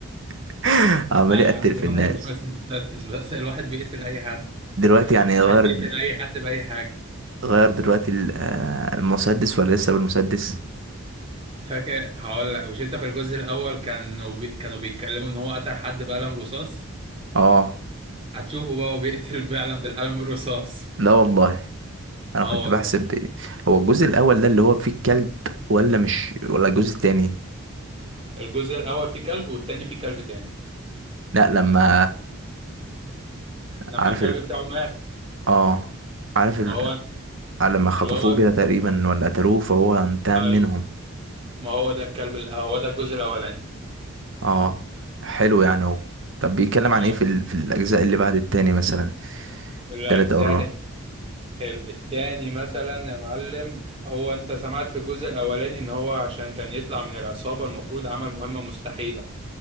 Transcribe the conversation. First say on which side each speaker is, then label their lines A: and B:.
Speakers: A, on the right; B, on the right.
A: <laughs> عمال
B: لا
A: يقتل
B: يا عم
A: في
B: الواحد
A: الناس
B: مش ماسك مسدس بس الواحد بيقتل أي حد الواحد
A: دلوقتي يعني غير
B: بيقتل أي حد بأي حاجة
A: غير دلوقتي ال- آه، المسدس ولا لسه بالمسدس
B: فاكر هقول لك مش أنت في الجزء الأول كانوا بي... كانوا بيتكلموا إن هو قتل حد بقلم رصاص
A: اه
B: هتشوفه بقى هو بيقتل فعلا بالقلم الرصاص
A: لا والله انا
B: اه
A: كنت
B: والله
A: بحسب هو الجزء الاول ده اللي هو فيه الكلب ولا مش ولا الجزء التاني
B: الجزء الأول فيه كلب والتاني فيه كلب تاني
A: لا لما
B: لما
A: عارف
B: الكلب
A: ال...
B: بتاعه مات
A: اه عارف ال...
B: ما هو
A: لما خطفوه
B: اللي هو
A: كده تقريبا ولا قتلوه فهو انتقم
B: ايوه
A: منهم
B: ما هو ده الكلب ال- هو ده الجزء الاولاني
A: اه حلو يعني هو طب بيتكلم
B: اه
A: عن ايه في ال... في الاجزاء اللي بعد التاني مثلا
B: الاجزاء
A: التالت او الرابع
B: حلو التاني مثلا يا معلم هو انت سمعت في الجزء الاولاني ان هو عشان كان يطلع من العصابه المفروض عمل مهمه مستحيله